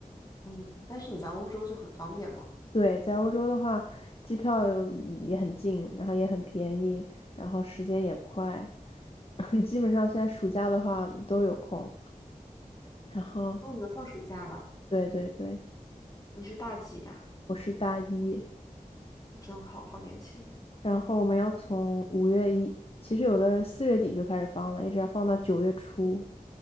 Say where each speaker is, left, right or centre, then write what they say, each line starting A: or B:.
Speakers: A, on the left; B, on the left.
A: 嗯，但是你在欧洲就很方便嘛。
B: 对，在欧洲的话，机票也很近，然后也很便宜，然后时间也快，<laughs> 基本上现在暑假的话都有空。<laughs> 然后，
A: 哦，你们放暑假了？
B: 对对对，
A: 你是大几呀？
B: 我是大一。
A: 我真好，好年轻。
B: 然后我们要从五月一，其实有的人四月底就开始放了，一直要放到九月初。